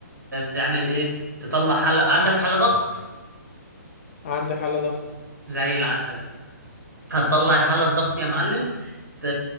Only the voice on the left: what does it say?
عندي حالة ضغط